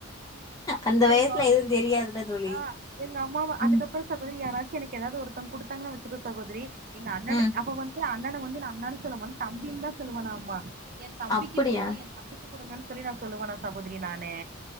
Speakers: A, on the left; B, on the right.
A: அந்த வயசுல
B: ஏமா
A: எதுவும் தெரியாதுல்ல தோழி.
B: ஆ எங்க அம்மாவ அதுக்கப்றோ
A: ம்,
B: சகோதரி யாராச்சு எனக்கு ஏதாவது ஒருத்தவங்க குடுத்தாங்கனா வச்சுகோ சகோதரி எங்க அண்ண
A: ம்
B: அவ வந்து அ அண்ணன வந்து நா அண்ணானு சொல்லாம தம்பின்னுதா சொல்லுவணாமா எ தம்பிக்கு
A: அப்டியா?
B: குடுங்க எ தம்பிக்கு குடுங்கனு சொல்லி நா சொல்லுவனா சகோதரி நானு